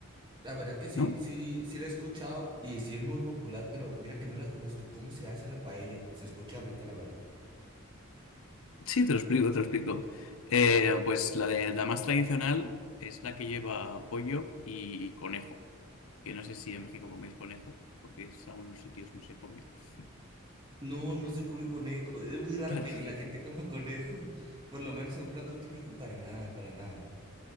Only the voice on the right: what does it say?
La verdad que sí,
sí, sí la he escuchado y sí es muy popular, pero mira que no la conozco. ¿Cómo se hace la paella? Se escucha rica, la verdad.
No, no se come conejo. Es muy raro
que la gente coma <laughs> conejo, por lo menos en un plato típico, para nada, para nada.